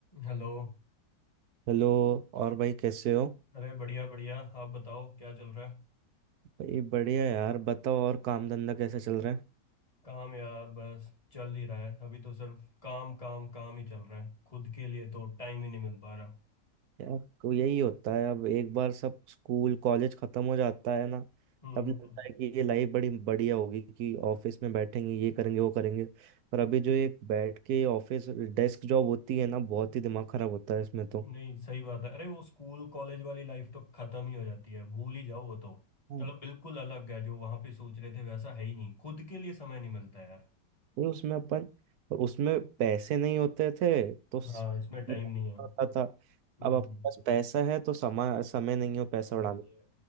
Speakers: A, on the left; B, on the right.
A: Hello
B: Hello और भाई कैसे हो
A: अरे बढ़िया बढ़िया आप बताओ क्या चल रहा है
B: भाई बढ़िया यार बताओ और काम धंधा कैसा चल रहा है
A: काम यार बस चल ही रहा है अभी तो सिर्फ काम काम काम ही चल रहा है खुद के लिए तो टाइम ही नहीं मिल पा रहा
B: यार को यही होता है अब एक बार सब स्कूल कॉलेज खत्म हो जाता है ना
A: हम्म
B: तब लगता है कि ये लाइफ बड़ी बढ़िया होगी कि ऑफिस में बैठेंगे ये करेंगे वो करेंगे पर अभी जो एक बैठ के ऑफिस डेस्क जॉब होती है ना बहुत ही दिमाग खराब होता है इसमें तो
A: नहीं सही बात है अरे वो स्कूल कॉलेज वाली लाइफ तो खत्म ही हो जाती है भूल ही जाओ वो तो
B: हाँ,
A: मतलब बिल्कुल अलग है जो वहां पे सोच रहे थे वैसा है ही नहीं खुद के लिए समय नहीं मिलता यार
B: ये उसमें अपन और उसमें पैसे नहीं होते थे तो स-
A: हाँ इसमें टाइम नहीं है
B: होता था
A: हम्म
B: अब अपने पास पैसा है तो समय समय नहीं हो पैसा
A: समय
B: उड़ाने
A: नहीं है